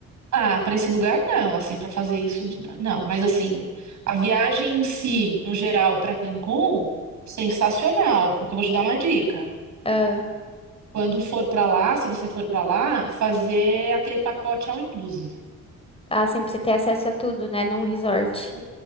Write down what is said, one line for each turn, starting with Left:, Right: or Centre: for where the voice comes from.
Right: Ah, para esse lugar não, assim, para fazer isso, de- não. Mas assim, a viagem em si, no geral, para Cancún, sensacional, porque eu vou te dar uma dica.
Left: Ah,
Right: Quando for para lá, se você for para lá, fazer aquele pacote all inclusive,
Left: ah, assim, pra você ter acesso a tudo, né? Num resort.
Right: com